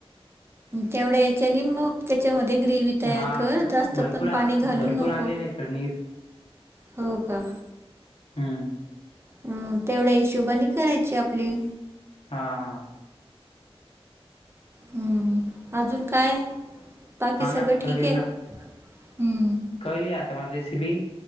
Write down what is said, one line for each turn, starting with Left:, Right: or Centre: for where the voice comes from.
Right: तेवढ्या याच्या आणि मग. त्याच्यामध्ये ग्रेव तयार
Left: हा
Right: कर जास्त
Left: भरपूर
Right: पण
Left: आण
Right: पाणी घालू
Left: भरपूर
Right: नको.
Left: आणलेलं आहे पनीर
Right: हो का.
Left: हम.
Right: ह तेवढ्या हिशोबनी करायची आपली.
Left: हा हा.
Right: हम् अजून काय बाकी
Left: हा ना
Right: सगळं
Left: कळेल
Right: ठीक आहे
Left: ना
Right: हम्.
Left: कळली आता मला रेसिपी